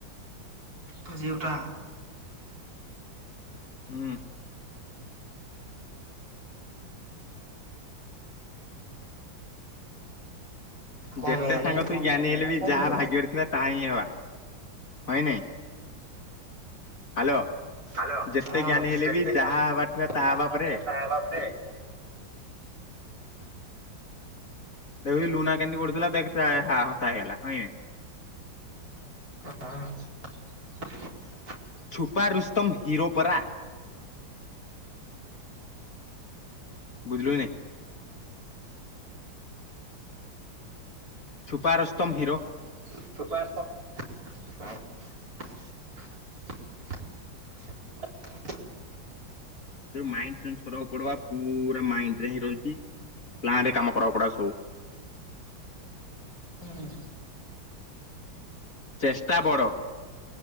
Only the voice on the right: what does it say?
ଭୋଜି ଉ ଟା
କମେଇ
ଆଣି
କମେଇ
ଆଣିକିନା
କରୁଚି
ବା
ହାଲୋ
ହିଁ
ଯେତେ
ଟା <unintelligible>
ତାହା ହେବା ପରେ
ହଁ।
ଛୁପାରୁସ୍ତମ୍ <unintelligible>
ହୁଁ।